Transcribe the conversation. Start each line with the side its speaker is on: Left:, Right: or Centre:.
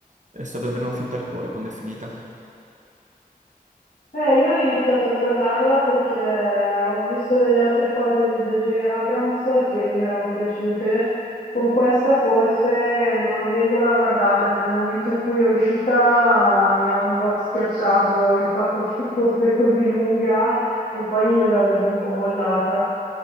Right: è stata davvero una fitta al cuore quando è finita.
Left: Eh, io ho iniziato a guardarla perché ho visto delle altre cose di J.J. Abrams che mi erano piaciute. Con questa forse, non avendola guardata nel momento in cui è uscita, mi ha un po' schiacciato il fatto che <laughs> fosse così lunga e poi l'avevo un po' mollata.